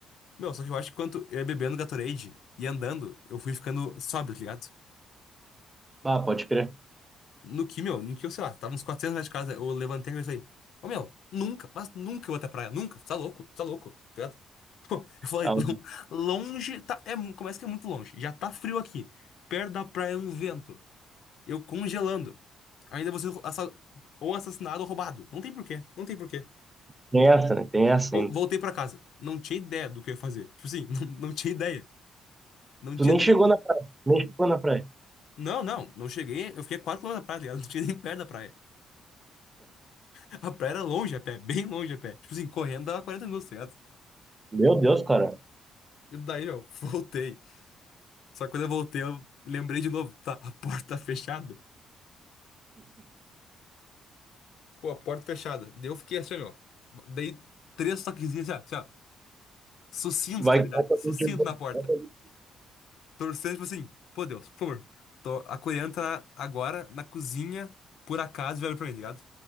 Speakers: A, on the left (about 75°); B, on the right (about 15°).
A: Meu, só que eu acho que quanto eu ia bebendo Gatorade e andando, eu fui ficando sóbrio, tá ligado?
B: Ah, pode crer.
A: No que, meu, no que eu, sei lá, tava uns 400 metros de casa, eu levantei e falei, ô meu, nunca, mas nunca eu vou até a praia, nunca, tá louco, tá louco, tá ligado? <laughs> Pô, eu falei,
B: Ah,
A: "Lon- longe, tá, é, mu- começa que é muito longe, já tá frio aqui, perto da praia é um vento, eu congelando, ainda você ou assassinado ou roubado, não tem porquê, não tem porquê.
B: tem essa, né? Tem essa
A: Vol-
B: ainda.
A: Voltei pra casa, não tinha ideia do que eu ia fazer, tipo assim, <laughs> não, não tinha ideia, não
B: Tu
A: tinha
B: nem
A: nem.
B: chegou na praia. Nem chegou na praia.
A: Não, não, não cheguei, eu fiquei quatro km da praia, tá ligado? Não tinha nem perto da praia. A praia era longe a pé, bem longe a pé. Tipo assim, correndo dava 40 minutos, tá ligado?
B: Meu Deus, cara.
A: E daí, ó, <laughs> voltei. Só que quando eu voltei, eu lembrei de novo, tá, a porta tá fechada. Pô, a porta fechada. Daí eu fiquei assim, ó. meu. Dei três toquezinhos, assim, ó. assim, ó. Sucinto,
B: Vai,
A: tá ligado?
B: vai que alguém
A: Sucinto
B: chegou.
A: na porta.
B: Vai que alguém-
A: Torcendo, tipo assim, pô, Deus, por favor. Tô, a coreana tá agora na cozinha, por acaso, velho pra mim, tá ligado?